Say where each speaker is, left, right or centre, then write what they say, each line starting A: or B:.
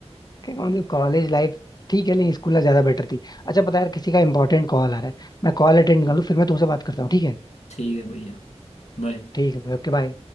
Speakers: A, on the left (about 35°); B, on the left (about 80°).
A: कि मतलब कॉलेज लाइफ ठीक है लेकिन स्कूल लाइफ ज्यादा बेटर थी अच्छा पता है यार किसी का इंपॉर्टेंट कॉल आ रहा है मैं कॉल अटेंड कर लूँ फिर मैं तुमसे बात करता हूँ ठीक है
B: ठीक है भैया बाय
A: ठीक है ओके बाय